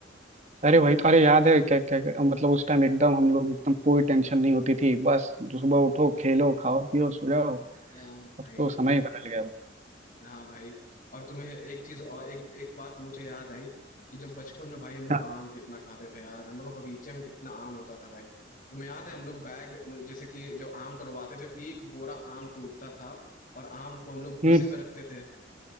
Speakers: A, on the right (about 35°); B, on the left (about 45°).
A: अरे वही तो अरे याद है क्या क्या क्या- मतलब उस टाइम एकदम हम लोग एकदम कोई टेंशन नहीं होती थी बस सुबह उठो खेलो खाओ पियो सो जाओ
B: अ, भाई
A: अब तो समय ही बदल गया
B: हाँ भाई और तुम्हें एक चीज और एक एक बात मुझे याद आई कि जब बचपन में भाई हम लोग
A: हाँ,
B: आम कितना खाते थे यार हम लोग का बगीचे में कितना आम होता था भाई तुम्हें याद है हम लोग बैग मतलब जैसे कि जब आम तोड़वाते थे एक बोरा आम टूटता था और आम को हम लोग भूसे
A: हम्म
B: में रखते थे